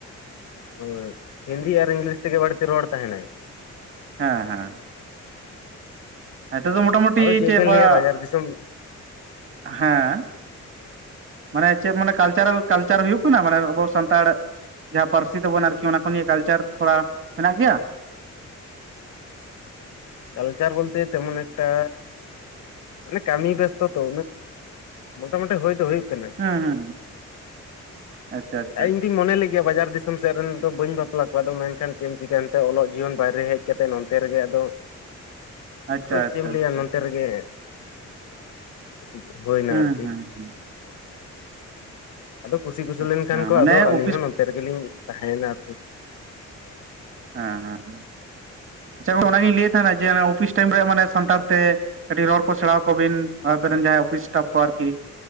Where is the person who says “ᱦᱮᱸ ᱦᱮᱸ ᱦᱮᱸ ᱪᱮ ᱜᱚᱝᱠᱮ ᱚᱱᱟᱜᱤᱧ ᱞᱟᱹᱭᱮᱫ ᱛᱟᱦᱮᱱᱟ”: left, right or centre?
Right